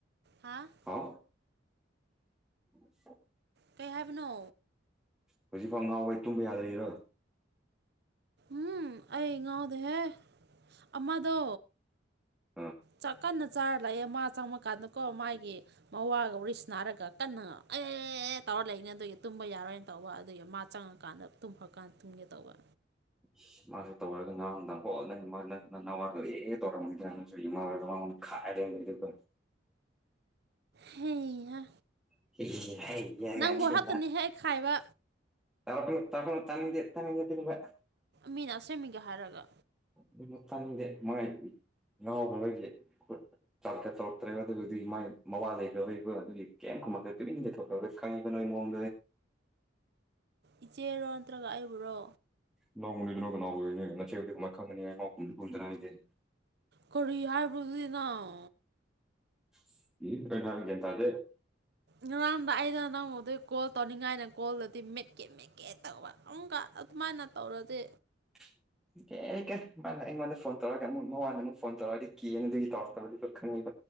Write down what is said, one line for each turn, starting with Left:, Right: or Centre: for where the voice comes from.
Right: ꯍꯥ
Centre: ꯍꯥꯎ <unintelligible>
Right: ꯀꯩ ꯍꯥꯏꯕꯅꯣ
Centre: ꯍꯧꯖꯤꯛ ꯐꯥꯎ ꯉꯥꯎꯋꯦ ꯇꯨꯝꯕ ꯌꯥꯗ꯭ꯔꯤꯔꯣ
Right: ꯎꯝ ꯑꯩ ꯉꯥꯎꯗꯦꯍꯦ ꯑꯃꯗꯣ
Centre: ꯑꯥ
Right: ꯆꯥꯛ ꯀꯟꯅ ꯆꯥꯔ ꯂꯩꯌꯦ ꯃꯥ ꯆꯪꯕꯀꯥꯟꯗꯀꯣ ꯃꯥꯒꯤ ꯃꯋꯥꯒ ꯋꯥꯔꯤ ꯁꯥꯟꯅꯔꯒ ꯀꯟꯅ <unintelligible> ꯑꯦ ꯇꯧꯔ ꯂꯩꯅꯤ ꯑꯗꯨꯒꯤ ꯇꯨꯝꯕ ꯌꯥꯔꯣꯏꯅ ꯇꯧꯕ ꯑꯗꯨꯒꯤ ꯃꯥ ꯆꯪꯉꯀꯥꯟꯗ ꯇꯨꯝꯈ꯭ꯔꯀꯥꯟꯗ ꯇꯨꯝꯒꯦ ꯇꯧꯕ
Centre: ꯏꯁ ꯃꯥꯖꯦ ꯇꯧꯔꯒ ꯉꯔꯥꯡ ꯅꯨꯡꯗꯥꯡ ꯍꯣꯜꯗ ꯅꯪ ꯃꯥ ꯅꯪ ꯅꯪ ꯅꯋꯥꯗ ꯑꯦ ꯇꯧꯔꯝꯃꯤꯗ ꯅꯪꯁꯨ <unintelligible> ꯈꯥꯏꯔ ꯂꯩꯔꯝꯃꯤꯗꯨꯒ
Right: ꯍꯩꯍꯥ
Centre: <unintelligible> <unintelligible>
Right: ꯅꯪꯕꯨ ꯍꯛꯇꯅꯤ ꯍꯦꯛ ꯈꯥꯏꯕ
Centre: ꯇꯔꯅ ꯇꯈꯅ ꯇꯅꯤꯡꯗꯦ ꯇꯅꯤꯡꯦꯕ
Right: ꯃꯤꯅ ꯑꯁꯣꯏ ꯃꯤꯒ ꯍꯥꯏꯔꯒ
Centre: <unintelligible> <unintelligible> <unintelligible> ꯆꯥꯛꯀꯠ ꯇꯧꯔꯛꯇ꯭ꯔꯦꯕ ꯑꯗꯨꯗꯤ ꯃꯥꯏ ꯃꯕꯥ ꯂꯩꯈ꯭ꯔꯕꯩꯕ ꯑꯗꯨꯒꯤ ꯀꯔꯤꯝ ꯈꯨꯝꯃꯛꯇꯦ ꯇꯨꯃꯤꯟ ꯂꯩꯊꯣꯛꯈ꯭ꯔꯕ ꯈꯪꯉꯤꯕ <unintelligible> <unintelligible>
Right: ꯏꯆꯦꯔꯣ ꯅꯠꯇ꯭ꯔꯒ ꯑꯩꯕꯨꯔꯣ
Centre: ꯅꯅꯥꯎꯅꯤꯗꯨꯅ ꯀꯅꯥꯎ ꯑꯣꯏꯅꯦ ꯉꯆꯦꯕꯨꯗꯤ ꯀꯃꯥꯏꯅ ꯈꯪꯉꯅꯤꯉꯃꯥꯎꯨꯝ ꯀꯨꯝꯗꯅ ꯍꯥꯏꯗꯤꯦ
Right: ꯀꯔꯤ ꯍꯥꯏꯕꯔꯣ ꯑꯗꯨꯗꯤ ꯅꯪ
Centre: <unintelligible> <unintelligible>
Right: ꯉꯔꯥꯡꯗ ꯑꯩꯅ ꯅꯪꯗꯩ ꯀꯣꯜ ꯇꯧꯅꯤꯡꯉꯥꯏꯅ ꯀꯣꯜꯗꯗꯤ ꯃꯦꯠꯀꯦ ꯃꯦꯠꯀꯦ ꯇꯧꯕꯨꯛ ꯁꯨꯃꯥꯏꯅ ꯇꯧꯔꯗꯤ
Centre: <inaudible> ꯀꯦ ꯀꯦ ꯃꯥꯅ ꯑꯩꯉꯣꯟꯗ ꯐꯣꯟ ꯇꯧꯔꯒ ꯑꯃꯨꯛ ꯃꯃꯣꯟꯗ ꯑꯃꯨꯛ ꯐꯣꯟ ꯇꯧꯔꯛꯑꯗꯤ ꯀꯦꯅ ꯑꯗꯨꯒꯤ ꯇꯧꯔꯛꯇꯕꯗꯤ ꯈꯪꯉꯕ